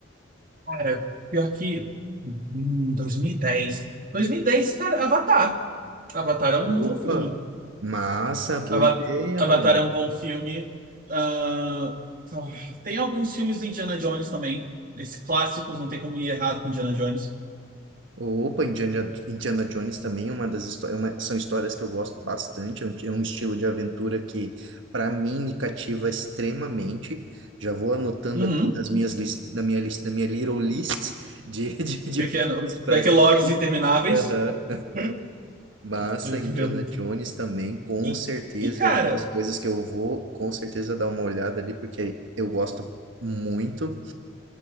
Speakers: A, on the right; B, on the right.
A: Cara, pior que. hum, 2010. dez dois mil e dez, cara, Avatar. Avatar é um bom
B: Opa,
A: filme.
B: Massa, boa
A: Ava-
B: ideia,
A: Avatar
B: mano.
A: é um bom filme. Ah, ah, tem alguns filmes do Indiana Jones também. Esses clássicos, não tem como ir errado com Indiana Jones.
B: Opa, Indiana, Indiana Jones também é uma das histórias, são histórias que eu gosto bastante, é um, é um estilo de aventura que, para mim, me cativa extremamente. Já vou anotando
A: Uhum.
B: aqui nas minhas lis- na minha lista, na minha little list de, <laughs> de, de
A: Pequeno,
B: filmes para
A: backlogs
B: assistir.
A: intermináveis.
B: Aham.
A: <laughs>
B: Massa,
A: Tem
B: Indiana
A: que ver. um.
B: Jones também, com
A: E,
B: certeza,
A: e, cara.
B: é uma das coisas que eu vou, com certeza, dar uma olhada ali, porque eu gosto muito.